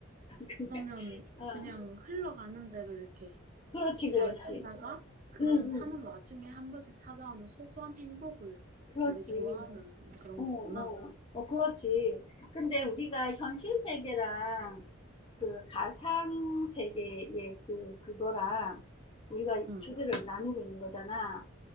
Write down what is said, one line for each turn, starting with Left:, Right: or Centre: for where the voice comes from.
Left: 그냥
Right: 그러면
Left: 아,
Right: 그냥 흘러가는 대로 이렇게
Left: 그렇지,
Right: 잘
Left: 그렇지.
Right: 살다가 그런
Left: 응, 응,
Right: 사는 와중에 한 번씩 찾아오는 소소한 행복을
Left: 그렇지.
Right: 되게 좋아하는 그런
Left: 어, 어,
Right: 거구나.
Left: 어, 그렇지. 근데 우리가 현실 세계랑 그 가상 세계의 그, 그거랑 우리가
Right: 응,
Left: 주제를 나누고 있는 거잖아.